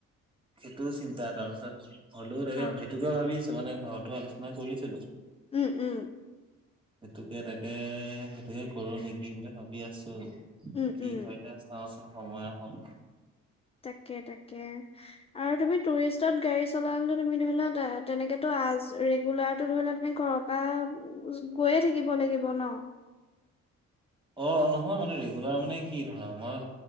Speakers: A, on the right (about 15°); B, on the left (about 20°).
A: সেইটোও চিন্তা তাৰপিছত হ'লেও তাকে
B: অ',
A: হয়। সেইটোকে ভাবি আছো মানে ঘৰতো আলোচনা কৰিছিলো।
B: উম, উম।
A: সেইটোকে তাকে সেইটোকে কৰো নেকি বুলি ভাবি আছো।
B: উম,
A: কি
B: উম,
A: হয় দে চাওচোন সময় আহক।
B: তটাকে, তটাকে আৰু তুমি টুৰিষ্টত গাড়ী চলালে তুমি ধৰিলা তেনেকেতো আজ ৰেগুলাৰ টো ধৰি লোৱা তুমি ঘৰৰ পৰা গৈয়ে থাকিব লাগিব ন।
A: অ, নহয় মানে ৰেগুলাৰ মানে কি ধৰা মই